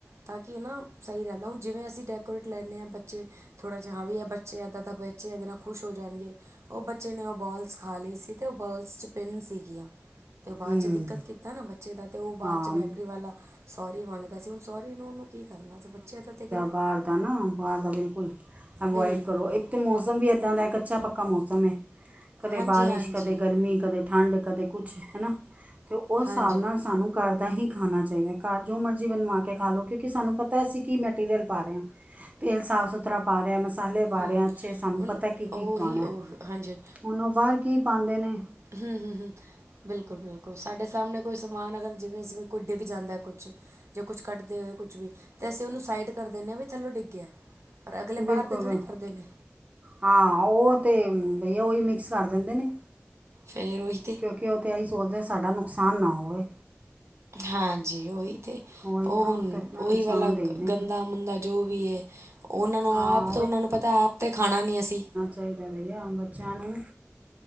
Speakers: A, on the right; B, on the right.
A: ਤਾਂ ਕਿ ਨਾ ਸਈ ਰਹਿੰਦਾ ਹੁੰ ਜਿਵੇਂ ਅਸੀਂ ਡੈਕੋਰੇਟ ਲੈਨੇ ਆ ਬੱਚੇ ਥੋੜ੍ਹਾ ਜਾ ਹਾਂ ਵੀ ਐ ਬੱਚੇ ਏਦਾਂ-ਏਂਦਾ ਬੱਚੇ ਏਦੇ ਨਾਲ ਖੁਸ਼ ਹੋ ਜਾਣਗੇ। ਉਹ ਬੱਚੇ ਨੇ ਉਹ ਬੋਲਸ ਖਾ ਲੀ ਸੀ ਤੇ ਉਹ ਬੋਲਸ ਚ ਪਿੰਨ ਸੀਗੀਆਂ। ਤੇ ਬਾਦ
B: ਹੂੰ
A: ਚ ਦਿੱਕਤ ਕੀਤਾ ਨਾ ਬੱਚੇ ਦਾ ਤੇ ਓ ਬਾਦ
B: ਹਾਂ
A: ਚ ਬੈਕਰੀ ਵਾਲਾ ਸੋਰੀ ਮੰਗ ਵੈਸੇ ਹੁਣ ਸੋਰੀ ਨੂੰ ਉਹਨੂੰ ਕੀ ਕਰਨਾ ਬੱਚੇ ਦਾ ਤਾਂ ਗਿਆ
B: ਬਾਰ ਦਾ ਨਾ ਬਾਰ ਦਾ ਬਿਲਕੁਲ ਅਵੋਇਡ
A: ਬਿਲਕੁਲ
B: ਕਰੋ
A: ਬਿਲਕੁਲ
B: ਇੱਕ ਮੌਸਮ ਵੀ ਇੱਦਾਂ ਦਾ ਕੱਚਾ ਪੱਕਾ ਮੌਸਮ ਐ ਕਦੇ
A: ਹਾਂਜੀ
B: ਬਾਰਿਸ਼
A: ਹਾਂਜੀ
B: ਕਦੇ ਗਰਮੀ ਕਦੇ ਠੰਡ ਕਦੇ ਕੁਛ ਹਨਾ ਤੇ ਉਸ
A: ਹਾਂਜੀ
B: ਸਾਬ ਨਾਲ ਸਾਨੂੰ ਕਰ ਦਾ ਹੀ ਖਾਣਾ ਚਾਈਦਾ ਕਰ ਜੋ ਮਰਜ਼ੀ ਬਣਵਾ ਕੇ ਖਾ ਲੋ। ਕਿਉਂਕਿ ਸਾਨੂੰ ਪਤਾ ਅਸੀਂ ਕੀ ਮਟੀਰੀਅਲ ਪਾ ਰੇ ਆ ਤੇਲ ਸਾਫ਼ ਸੁਥਰਾ ਪਾ ਰੇ ਆ ਮਸ ਸਾਲੇ ਪਾ
A: ਹੂੰ,
B: ਰੇ ਆ ਅਛੇ ਸਾਨੂੰ
A: ਹੁਣ
B: ਪਤਾ ਕੀ-ਕੀ
A: ਉਹੀ
B: ਪਾਣਾ
A: ਉਹ ਹਾਂਜੀ ਹਾਂਜੀ
B: ਹੁਣ ਉਹ ਬਾਰ ਕੀ-ਕੀ ਪਾਂਦੇ ਨੇ।
A: ਹੂੰ-ਹੂੰ, ਹੂੰ। ਬਿਲਕੁਲ-ਬਿਲਕੁਲ ਸਾਡੇ ਸਾਮਣੇ ਕੋਈ ਸਮਾਨ ਅਗਰ ਜਿਵੇਂ ਇਸਵੇਂ ਕੋਈ ਡਿੱਗ ਜਾਂਦਾ ਕੁਛ ਜੇ ਕੁਛ ਕੱਟਦੇ ਹੋਏ ਕੁਛ ਵੀ ਤੇ ਅਸੀਂ ਉਹਨੂੰ ਸਾਈਡ ਕਰ ਦਿੰਦੇ ਹਾਂ ਵੀ ਚਲੋ ਡਿੱਗਿਆ ਪਰ ਅਗਲੇ
B: ਬਿਲਕੁਲ
A: ਬਾਰ ਦੇ ਥੋੜ੍ਹੀ ਕਰਦੇ ਨੇ
B: ਹਾਂ ਉਹ ਤੇ ਬਈਆ ਉਹੀ ਮਿਕਸ ਕਰ ਦਿੰਦੇ ਨੇ।
A: ਫੇਰ ਔਹੀ ਤੇ।
B: ਕਿਉਂਕਿ ਉਹ ਤੇ ਐਈ ਸੋਚਦੇ ਸਾਡਾ ਨੁਕਸਾਨ ਨਾ ਹੋਵੇ।
A: ਹਾਂਜੀ ਉਈ ਤੇ
B: ਉਹੀ ਨਾ
A: ਉਹ ਹੁਨ
B: ਤਾਂ ਆਪਣਾ ਨੁਕਸਾਨ
A: ਉਈ ਵਾਲਾ
B: ਦੇਖਦੇ ਨੇ
A: ਗੰਦਾ ਮੰਦਾ ਜੋ ਵੀ ਏ ਉਹਨਾਂ ਨੂੰ
B: ਹਾਂ
A: ਆਪ ਤਾਂ ਉਹਨਾਂ ਨੂੰ ਪਤਾ ਆਪ ਤੇ ਖਾਣਾ ਨੀ ਅਸੀਂ।
B: ਚਾਈਦਾ ਭਈਆ ਹੁਨ ਬੱਚਿਆਂ ਨੂੰ